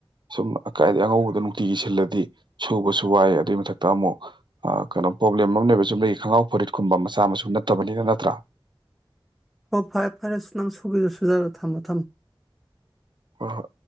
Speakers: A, on the right; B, in the centre.
A: ꯁꯨꯝ ꯑꯀꯥꯏꯗꯒꯤ ꯑꯉꯧꯕꯗꯣ ꯅꯨꯡꯇꯤꯒꯤ ꯁꯤꯜꯂꯗꯤ ꯁꯨꯕꯁꯨ ꯋꯥꯏ ꯑꯗꯨꯏ ꯃꯊꯛꯇ ꯑꯃꯨꯛ ꯑ ꯀꯩꯅꯣ ꯄ꯭ꯔꯣꯕ꯭ꯂꯦꯝ ꯑꯃꯅꯦꯕ ꯆꯨꯝꯅꯩ ꯈꯪꯒꯥꯎ ꯐꯔꯤꯠꯀꯨꯝꯕ ꯃꯆꯥ ꯃꯁꯨ ꯅꯠꯇꯕꯅꯤꯅ ꯅꯠꯇ꯭ꯔꯥ
B: ꯍꯣ ꯐꯔꯦ ꯐꯔꯦ ꯁꯨ ꯅꯪ ꯁꯨꯒꯦꯁꯨ ꯁꯨꯖꯔꯣ ꯊꯝꯃꯣ ꯊꯝꯃꯣ
A: ꯍꯣꯏ ꯍꯣꯏ